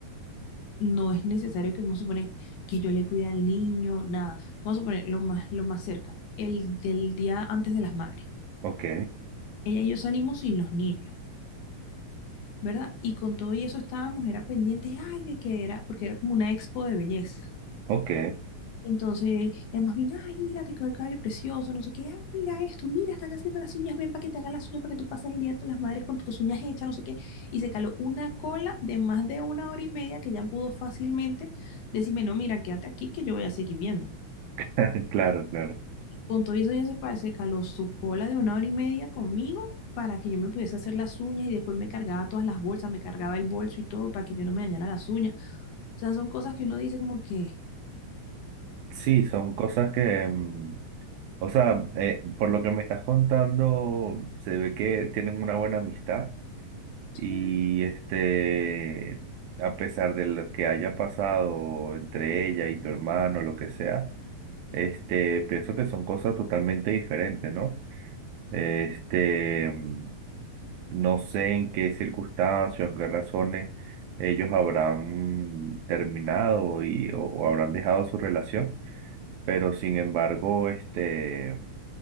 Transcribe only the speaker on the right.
Ok,
ok.
<laughs> Claro, claro.
Sí, son cosas que, mm, o sea, eh, por lo que me estás contando, se ve que tienen una buena amistad
y este, a pesar de lo que haya pasado entre ella y tu hermano, lo que sea, este, pienso que son cosas totalmente diferentes, ¿no? Este, mm, no sé en qué circunstancias, en qué razones ellos habrán terminado y, o o habrán dejado su relación. Pero sin embargo, este,